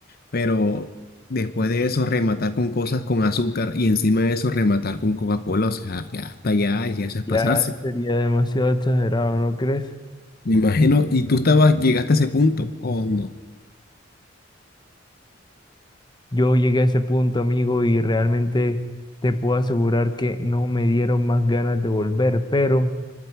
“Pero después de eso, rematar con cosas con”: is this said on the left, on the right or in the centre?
Left